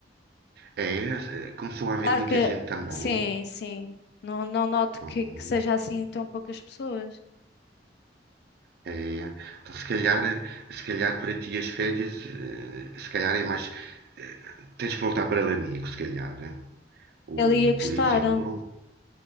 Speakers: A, on the right; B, on the left.
A: É, eh, começou a haver
B: Claro
A: muita
B: que
A: gente também.
B: sim, sim. Não, não noto
A: Hum,
B: que, que seja assim tão poucas pessoas.
A: é. Então, se calhar, eh, se calhar para ti as férias, eh, se calhar é mais. Tens que voltar para Lamigo, se calhar. eh. Ou,
B: Ele ia
A: eh,
B: gostar.
A: por exemplo,